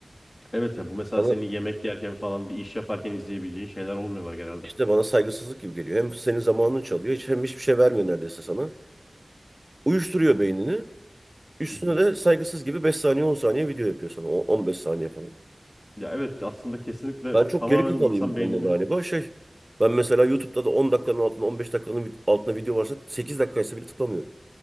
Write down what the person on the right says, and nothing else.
Bana
İşte bana saygısızlık gibi geliyor. Hem senin zamanını çalıyor, hiç- hem hiçbir şey vermiyor neredeyse sana. Uyuşturuyor beynini. Üstüne
de saygısız gibi 5 saniye 10 saniye video yapıyor sana. O 15 saniye falan.
Ben çok
geri kafalıyım
bu konuda
galiba. Şey, ben mesela YouTube'da da 10 dakikanın altında 15 dakikanın vid- altında video varsa 8 dakikaysa bile tıklamıyorum.